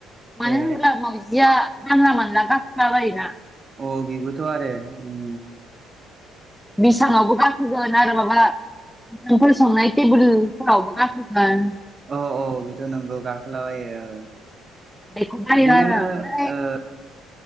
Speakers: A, in the centre; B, on the right.
A: मानो
B: ए
A: होनब्ला मावजिया जानला मोनला गाखोला बायोना
B: औ बिबोथ' आरो उम
A: बेसाङावबो गाखोगोन आरो माबा ओंखामफोर संनाय टेबोलफोरावबो गाखोगोन
B: औ औ बेथ' नंगौ गाखोलाबायो औ
A: बेखौ बायो
B: बिदिनो
A: आरो आं ओमफ्राय
B: ओ